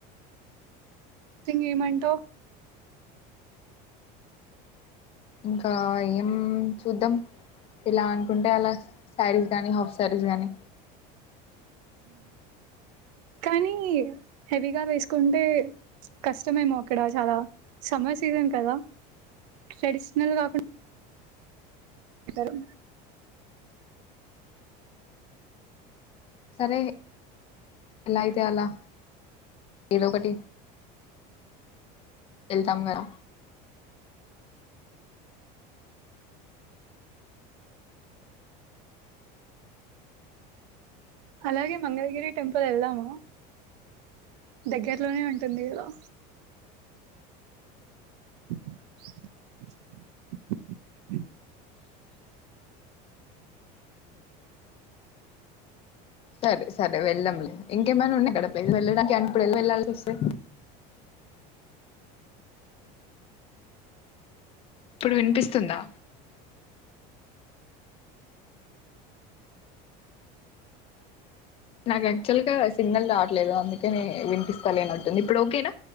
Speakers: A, on the right; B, on the left.
A: యితే ఏమంటావ్
B: ఇంకా ఏం చూద్దాం ఇలా అనుకుంటే అలా శారీస్ గానీ హాఫ్ శారీస్ గానీ
A: కానీ హెవీగా వేసుకుంటే కష్టమేమో అక్కడ చాలా సమ్మర్ సీజన్ కదా ట్రెడిషనల్ కాకుండా ఇద్దరు
B: సరే ఎలా అయితే అలా ఏదొ ఒకటి. వెళ్తాం కదా
A: అలాగే మంగళగిరి టెంపుల్ వెళ్దామా. దగ్గర్లోనే ఉంటుంది కదా. <inaudible>
B: సరే సరే వెళ్ళదాంలే ఇంకేమైనా ఉన్నాయా అక్కడ ప్లేస్ వెళ్ళడానికి అంటే ఎపుడైనా వెళ వెళ్ళాసివస్తే. ఇప్పుడు వినిపిస్తుందా. నాకు యాక్చువల్గా సిగ్నల్ రావట్లేదు. అందుకేనే వినిపిస్తాలేనట్టుంది ఇప్పుడు ఓకేనా,